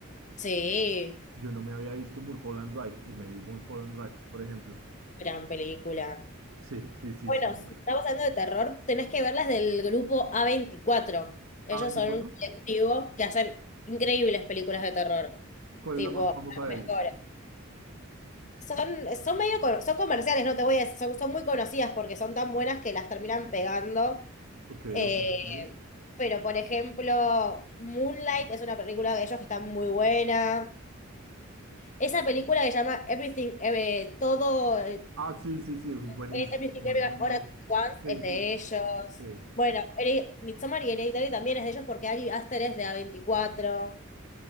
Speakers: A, on the left (about 35°); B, on the right (about 80°).
A: <laughs> Sí,
B: yo no me había visto Mulholland Drive y me vi Mulholland Drive, por ejemplo.
A: gran película.
B: Sí, sí, sí,
A: Bueno,
B: sí,
A: si
B: bueno.
A: estamos hablando de terror, tenés que ver las del grupo A24. Ellos
B: a veinticuatro?
A: son un colectivo que hacen increíbles películas de terror,
B: ¿Cuál
A: tipo,
B: es la más famosa
A: las
B: de
A: mejores.
B: ellos?
A: Son, son medio, co- son comerciales, no te voy a decir, son, son muy conocidas porque son tan buenas que las terminan pegando.
B: Ok,
A: Eh,
B: ok, ok.
A: pero, por ejemplo, Moonlight es una película de ellos que está muy buena. Esa película que se llama Everything, eh, todo,
B: Ah, sí, sí, sí, es buenísima,
A: Es Everything Everywhere
B: es buenísima.
A: All at Once
B: Sí,
A: es
B: sí,
A: de ellos.
B: sí,
A: Bueno, Hered- Midsommar y Hereditary también es de ellos porque Ari Aster es de a veinticuatro.